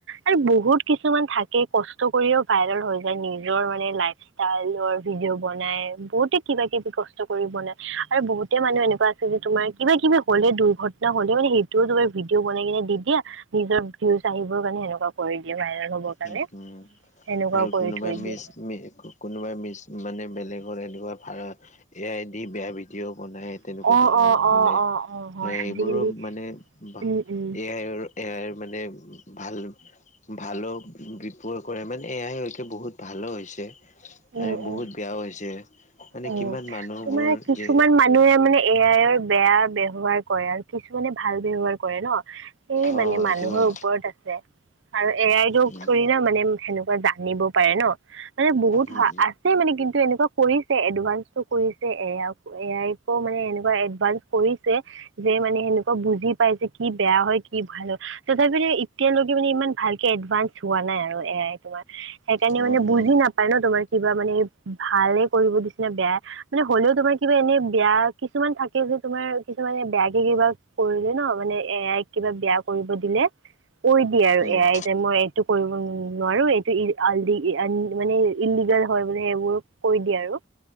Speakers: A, on the right; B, on the left.
A: আৰু বহুত কিছুমান থাকে কষ্ট কৰিও ভাইৰেল হৈ যায়, নিজৰ মানে লাইফ- ষ্টাইলৰ ভিডিঅ' বনাই, বহুতে কিবা কিবি কষ্ট কৰি বনাই আৰু বহুত- তে মানুহ এনেকুৱা আছে যে তোমাৰ কিবাকিবি হ'লে দুৰ্ঘটনা হ'লে মানে সেইটোও তোমাৰ ভিডিঅ বনাই কিনে দি দিয়ে- নিজৰ ভিউজ আহিবৰ কাৰণে সেনেকুৱা কৰি দিয়ে ভাইৰেল হ'বৰ কাৰণে।
B: উম উম
A: সেনেকুৱা
B: আৰু
A: কৰি
B: কোনোবা
A: থৈ
B: মেজ
A: দিয়ে।
B: মে কৌ- কোনোবাই মিছ মানে বেলেগৰ এনেকুৱা ভাৰত এ আই দি বেয়া ভিডিঅ' বনাই। তেনেকুৱা
A: অ',
B: ধৰণৰ
A: অ', অ',
B: মানে,
A: অ', অ', হয়
B: এ
A: আজিকালি
B: এইবোৰো মানে বাহ
A: উম, উম।
B: এ আইৰ- এয়াই মানে ভাল ভাল বিপয় কৰে মানে- এয়া সেইটো বহুত ভালো হৈছে
A: উম,
B: আৰু বহুত
A: উম।
B: বেয়াও হৈছে। মানে
A: উম'
B: কিমান মানুহবোৰ
A: তোমাৰ কিছুমান
B: যে
A: মানুহে মানে- এ আইৰ বেয়া ব্যৱহাৰ কৰে আৰু কিছুমানে ভাল ব্যৱহাৰ কৰে ন। সি
B: অ
A: মানে মানুহৰ
B: এইটো হয়
A: ওপৰত আছে আৰু এ আইটৌ
B: উম
A: থোৰে না মানে সেনেকুৱা জানিব। পাৰে ন মানে বহুত
B: উম
A: আছে মানে কিন্তু, এনেকুৱা কৰি- তে এডভান্সটো কৰিছে এ আই এ আইকো মানে এনেকুৱা এডভানস কৰিছে- যে মানে সেনেকুৱা বুজি পাই যে, কি বেয়া হয় কি ভাল হয়। তথাপিতো এতিয়ালৈকে মানে ইমান ভালকে এডভান্স হোৱা নাই আৰু এ আই তোমাৰ। সেইকাৰণে
B: উম
A: মানে
B: উম
A: বুজি
B: উম
A: নাপায় ন তোমাৰ কিবা মানে ভালে কৰিব দিছে নে বেয়াই- মানে হলেও তোমাৰ কিবা এনেই বেয়া কিছুমান থাকে যে তোমাৰ কিছুমানে বেয়াকে কিবা- কৰিলে ন, মানে এ আইক কিবা বেয়া কৰিব দিলে। কৈ দিয়ে আৰু
B: উম,
A: এ আইয়ে যে মই এইটো কৰিব নোৱাৰো, এইটো ই আল দি ই এন মানে ইল্লিগেল হয় বোলি সেইবোৰ কৈ দিয়ে আৰু